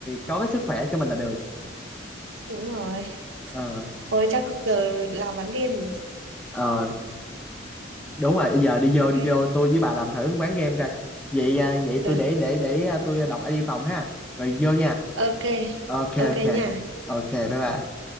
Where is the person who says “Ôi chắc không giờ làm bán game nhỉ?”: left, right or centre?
Right